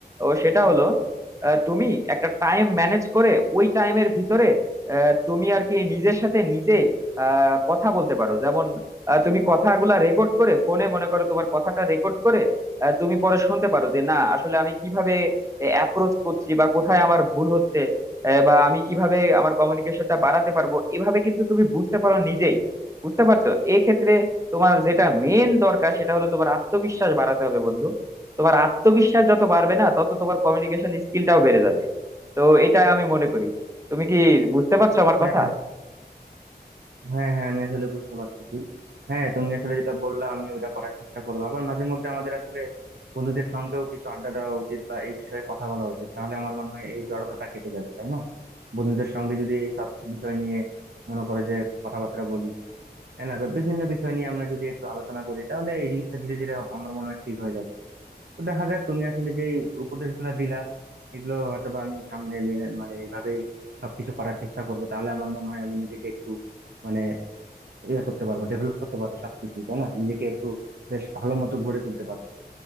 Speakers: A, on the right; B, on the right.
A: ও সেটা হলো আহ, তুমি একটা টাইম ম্যানেজ করে ওই টাইমের ভিতরে আহ, তুমি আর কি নিজের সাথে নিজে আহ, কথা বলতে পারো যেমন আহ, তুমি কথাগুলা রেকর্ড করে ফোনে মনে করো তোমার কথাটা রেকর্ড করে আহ, তুমি পরে শুনতে পারো যে না আসলে আমি কিভাবে অ্যাপ্রোচ করছি বা কোথায় আমার ভুল হচ্ছে আহ, বা আমি কিভাবে আমার কমিউনিকেশনটা বাড়াতে পারবো এভাবে কিন্তু তুমি বুঝতে পারো নিজেই বুঝতে পারছো এক্ষেত্রে তোমার যেটা মেন দরকার সেটা হলো তোমার আত্মবিশ্বাস বাড়াতে হবে বন্ধু তোমার আত্মবিশ্বাস যত বাড়বে না তত তোমার কমিউনিকেশন স্কিলটাও বেড়ে যাবে তো এটা আমি মনে করি তুমি কি বুঝতে পারছো আমার
B: হ্যাঁ
A: কথা
B: হ্যাঁ হ্যাঁ আমি আসলে বুঝতে পারতেছি হ্যাঁ তুমি আসলে যেটা বললা আমি ওটা করার চেষ্টা করবো আবার মাঝে মধ্যে আমাদের আসলে বন্ধুদের সঙ্গেও কিছু আড্ডা দেওয়া উচিত বা এই বিষয়ে কথা বলা উচিত তাহলে আমার মনে হয় এই জড়তাটা কেটে যাবে তাই না বন্ধুদের সঙ্গে যদি এই সব বিষয় নিয়ে মনে করো যে কথাবার্তা বলি তাই না বা বিভিন্ন বিষয় নিয়ে আমরা যদি একটু আলোচনা করি তাহলে এই জিনিসটা ধীরে ধীরে আমার মনে হয় ঠিক হয়ে যাবে তো দেখা যাক তুমি আসলে যে উপদেশগুলো দিলা এগুলো হয়তো বা আমি সামনে মেনে মানে এইভাবেই সবকিছু করার চেষ্টা করবো তাহলে আমার মনে হয় আমি নিজেকে একটু মানে ইয়ে করতে পারবো ডেভেলপ করতে পারবো সবকিছুই তাই না নিজেকে একটু বেশ ভালো মতো গড়ে তুলতে পারবো